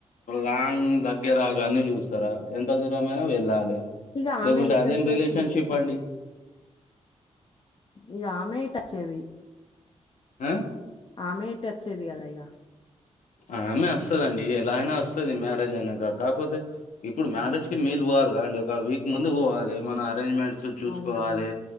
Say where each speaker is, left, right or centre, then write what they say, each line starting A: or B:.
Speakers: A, on the left; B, on the left.
A: లాంగ్ దగ్గర ఆగన్నీ చూస్తారా ఎంత దూరమైనా వెళ్ళాలి
B: ఇగ ఆమె
A: లేకుంటే
B: ఇక్కడికి
A: అదేం రిలేషన్షిప్
B: వచ్చేది కదా
A: అండి
B: ఇగా ఆమె ఇటచ్చేది
A: ఆ
B: ఆమె ఇటు అచ్చేది కదా ఇగ
A: ఆమె వస్తదండి ఎలా అయినా వస్తది మ్యారేజ్ అయినంకా కాకపోతే ఇప్పుడు మ్యారేజ్కి మీరు పోవాలి కదా అండి ఒక వీక్ ముందు పోవాలి మన అరేంజ్మెంట్ చూ చూసుకోవాలే
B: అవునవును